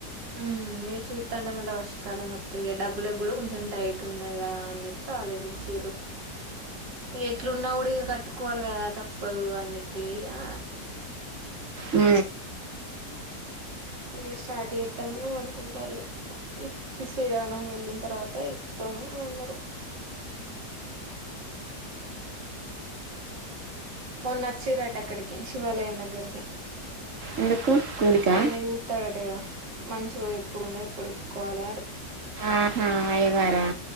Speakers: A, on the right; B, on the right.
A: ఆ ఇ చూస్తా అంటే మళ్ళీ వర్షకాలం మది డబ్బులలకు కూడా కొంచెం టైట్ ఉన్నదిదా అని చెప్పి ఆలోచించి ఎట్లున్నాకూడా ఈగ కట్టుకోవాలి కదా తప్పదు అని చెప్పి ఆ
B: ఉ
A: ఇ స్టార్ట్ చేద్దామని అనుకుంటారు ఇప్పు శ్రీరామ వెళ్ళిన తర్వాత ఇప్పు అ అనరు మొన్న ఆచిరు ఆట అక్కడికి శివాలయం దగ్గరికి
B: ఎందుకు కూడికా
A: అయినయి ఊతాడటేదా మనుషులో ప్పుడుణ పడుకోవాల
B: ఆహా అయ్యగారా